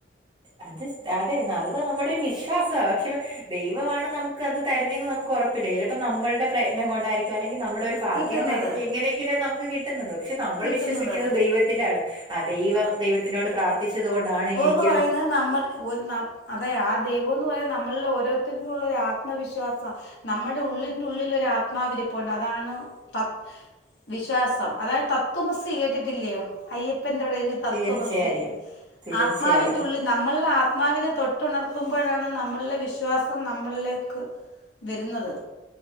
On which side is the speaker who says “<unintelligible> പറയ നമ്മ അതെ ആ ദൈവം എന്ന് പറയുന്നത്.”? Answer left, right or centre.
Left